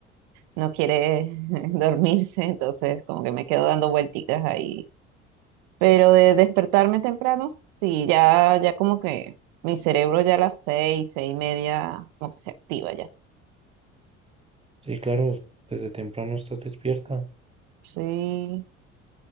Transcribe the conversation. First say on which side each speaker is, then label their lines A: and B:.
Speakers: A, on the right (about 65°); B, on the right (about 15°).
A: no quiere <laughs> dormirse, entonces como que me quedo dando vuelticas ahí Pero de despertarme temprano, sí, ya, ya como que mi cerebro ya a las seis, seis y media, como que se activa ya.
B: Sí, claro, desde temprano estás despierta.
A: Sí,